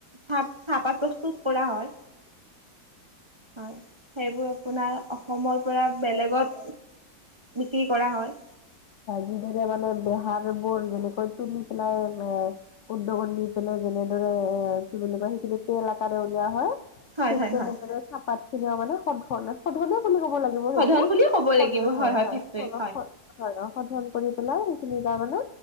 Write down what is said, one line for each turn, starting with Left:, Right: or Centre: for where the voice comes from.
Right: চাহ-চাহপাত প্ৰস্তুত কৰা হয়। হয়, সেইবোৰ আপোনাৰ অসমৰ পৰা বেলেগত বিক্ৰী কৰা হয়।
Left: যিদৰে মানে বেহাৰ বোৰ যেনেকৈ তুলি পেলাই এ উদ্যোগত নি পেলাই যেনেদৰে এ কি বুলি কয় সেইখিনি তেল আকাৰে উলিওৱা হয়। ঠিক
Right: হয় হয়
Left: তেনেদৰে
Right: হয়
Left: চাহপাত খিনিও মানে সদধৰণে সদধৰনে বুলি ক'ব লা <unintelligible>
Right: শোধন
Left: সেইটো সদ,
Right: বুলিয়ে ক'ব লাগিব
Left: হয় হয়
Right: ফেক্টৰীত
Left: <unintelligible> হয় অঁ' সধন কৰি পেলাই সেইখিনি তাৰ মানে